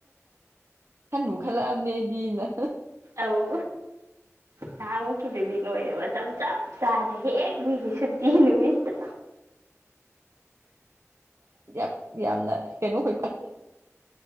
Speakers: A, on the right; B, on the right.
A: ꯈꯟꯕꯨ ꯈꯜꯂꯛꯑ ꯗꯤꯅ
B: ꯑꯧ ꯅꯍꯥꯃꯨꯛꯀꯤꯗꯨꯗꯤ ꯅꯣꯏꯔꯦ ꯃꯇꯝ ꯆꯞ ꯆꯥꯅ ꯍꯦꯛ ꯃꯤꯒꯤ ꯁꯨꯇꯤ ꯅꯨꯃꯤꯠꯇꯣ
A: ꯌꯥꯝ ꯌꯥꯝꯅ ꯀꯩꯅꯣ ꯀꯣꯏꯕ